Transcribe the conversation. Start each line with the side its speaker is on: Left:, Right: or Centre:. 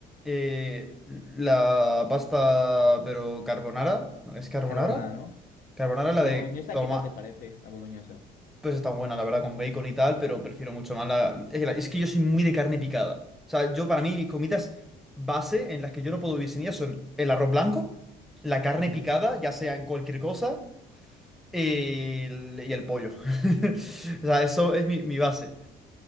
Centre: eh, la pasta, pero carbonara, ¿no? ¿es carbonara?
Left: Carbonara, ¿no?
Centre: Carbonara la
Left: La
Centre: de
Left: boloñesa,
Centre: tomate.
Left: ¿qué tal te parece? La boloñesa.
Centre: Pues está buena, la verdad, con bacon y tal, pero prefiero mucho más la... Es que, la- es que yo soy muy de carne picada. O sea, yo para mí mis comidas base en las que yo no puedo vivir sin ellas son el arroz blanco, la carne
Left: Ajá,
Centre: picada, ya sea en cualquier cosa, el- y el pollo. <laughs> O sea, eso es mi, mi base.